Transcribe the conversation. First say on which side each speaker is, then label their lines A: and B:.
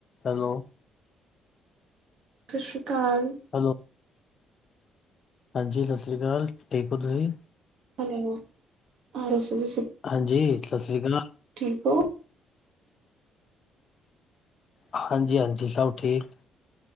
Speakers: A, on the left; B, on the right.
A: ਹੈਲੋ।
B: ਸ਼ਸ਼ੀ ਕਾਲ।
A: ਹੈਲੋ। ਹਾਂਜੀ ਸਸਰੀ ਕਾਲ ਠੀਕ ਓ ਤੁਸੀ।
B: ਹੈਲੋ, ਹਾਂਜੀ ਤੁਸੀ
A: ਹਾਂਜੀ ਸਸਰੀ ਕਾ
B: ਠੀਕ ਓ
A: ਹਾਂਜੀ-ਹਾਂਜੀ ਸੱਬ ਠੀਕ।